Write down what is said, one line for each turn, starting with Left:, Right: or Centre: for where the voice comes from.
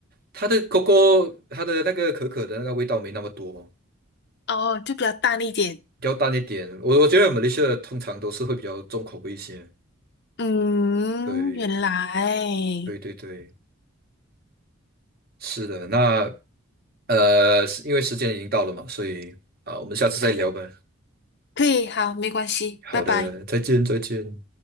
Right: 它的 coco 它的那个可可的那个味道没那么多，
Left: 哦，就比较淡一点。
Right: 比较淡一点。我我觉得马来西亚的通常都是会比较重口味一些，
Left: 嗯，
Right: 对。
Left: 原来
Right: 对对对，是的，那呃，是因为时间已经到了嘛，所以啊，我们下次再聊吧。
Left: 可以，好，没关系，
Right: 好的，
Left: 拜拜。
Right: 再见，再见。